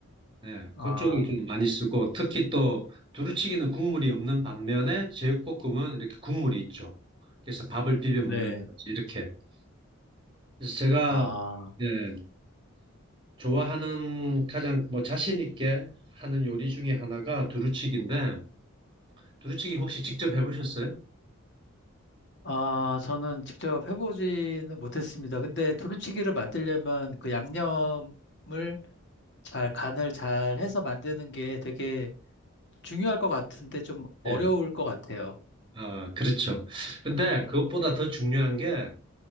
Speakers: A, on the right; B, on the left.
A: 네,
B: 아,
A: 그쪽을 좀 많이 쓰고 특히 또 두루치기는 국물이 없는 반면에 제육볶음은 이렇게 국물이 있죠. 그래서 밥을 비벼
B: 네.
A: 먹는다든지 이렇게. 그래서 제가
B: 아,
A: 예, 좋아하는 가장 뭐 자신 있게 하는 요리 중에 하나가 두루치기인데 두루치기 혹시 직접 해보셨어요?
B: 아, 저는 직접 해보지는 못했습니다. 근데 두루치기를 만들려면 그 양념을 잘, 간을 잘 해서 만드는 게 되게 중요할 것 같은데 좀 어려울
A: 예,
B: 것 같아요.
A: 아, 그렇죠. 근데 그것보다 더 중요한 게